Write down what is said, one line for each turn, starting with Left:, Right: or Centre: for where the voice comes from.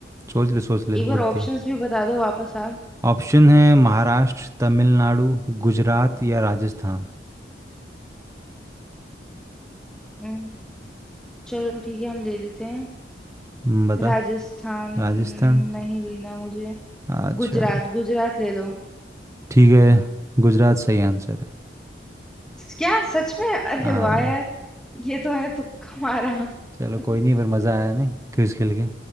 Right: सोच ले सोच ले
Centre: एक बार
Right: वक्त
Centre: ऑप्शंस
Right: दे
Centre: भी बता दो वापस आप
Right: ऑप्शन है महाराष्ट्र तमिलनाडु गुजरात या राजस्थान
Centre: अम्म, चलो ठीक है हम ले लेते हैं
Right: हम्म, बता
Centre: राजस्थान
Right: राजस्थान
Centre: नहीं लेना मुझे
Right: अच्छा
Centre: गुजरात गुजरात ले लो
Right: ठीक है गुजरात सही आंसर है
Centre: क्या सच में अरे
Right: हाँ
Centre: वाह यार ये तो है तुक्का मारा
Right: चलो
Centre: <laughs>
Right: कोई नहीं पर मज़ा आया नहीं क्विज खेल के